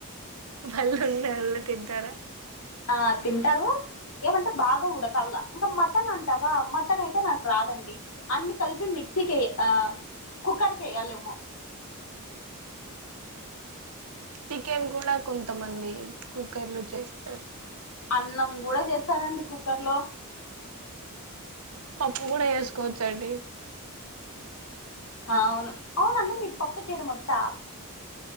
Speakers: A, on the right; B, on the left.
A: పళ్ళు ఉన్నవాళ్లే తింటారా
B: ఆ తింటారు ఏమంటే బాగా ఉడకాల ఇంకా మటన్ అంటావా మటన్ అయితే నాకు రాదండి అన్ని కలిపి మి మిక్సీకే కుక్కర్ కె వెయ్యాలో ఏమో
A: చికెన్ కూడా కొంతమంది కుక్కర్ లో చేస్తారు
B: అన్నం కూడా చేస్తారండి కుక్కర్ లో
A: పప్పు కూడా వేసుకోవచ్చండి
B: అవును అవునండి మీకు పప్పు చేయడం వచ్చా